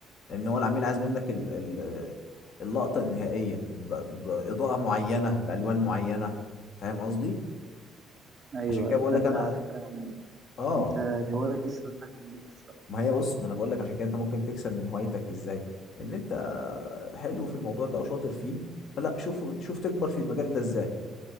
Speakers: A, on the left (about 60°); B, on the right (about 40°).
A: لان هو العميل عايز منك ال... ال... اللقطه النهائيه ب... باضاءه معينه بالوان معينه فاهم قصدي
B: ايوه
A: عشان كده
B: ايوه
A: بقول
B: ده
A: لك
B: انت
A: انا
B: على فكره يعني
A: اه
B: انت الهوايه دي الصراحه جميله الصراحه
A: ما هي بص ما انا بقول لك عشان كده انت ممكن تكسب من هوايتك ازاي ان انت حلو في الموضوع ده وشاطر فيه فلا شوف شوف تكبر في المجال ده ازاي